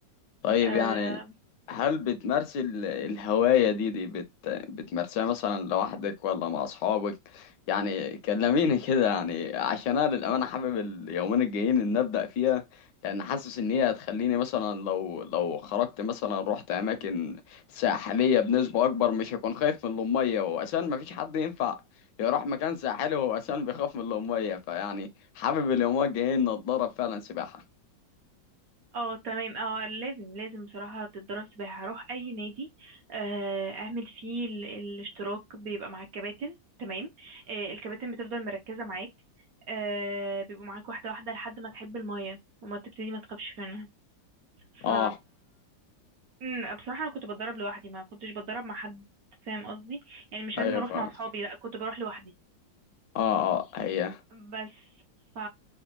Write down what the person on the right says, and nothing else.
أه
اه تمام اه لازم لازم بصراحة تتدرب سباحة روح أي نادي آه، اعمل فيه ال- الاشتراك بيبقى مع الكباتن تمام آه، الكباتن بتفضل مركزة معاك آه، بيبقوا معاك واحدة واحدة لحد ما تحب المية وما تبتدي ما تخافش منها ف
مم، بصراحة أنا كنت بتدرب لوحدي ما كنتش بتدرب مع حد فاهم قصدي يعني مش
لازم أروح
مع أصحابي لأ كنت بروح لوحدي
بس ف